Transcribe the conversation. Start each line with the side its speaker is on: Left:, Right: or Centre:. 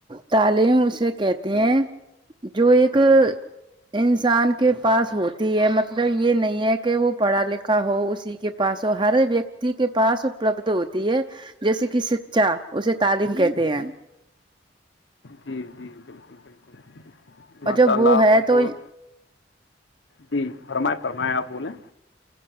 Right: تعلیم اسے کہتے ہیں جو ایک انسان کے پاس ہوتی ہے مطلب یہ نہیں ہے کہ وہ پڑھا لکھا ہو اسی کے پاس ہو ہر ویکتی کے پاس اپلبدھ ہوتی ہے جیسے کہ شکچا اسے تعلیم کہتے ہیں
Left: جی جی بالکل بالکل
Right: اور
Left: ماشاء
Right: جب
Left: اللہ
Right: وہ ہے
Left: آپ
Right: تو
Left: کو جی فرمائیں فرمائیں آپ بولیں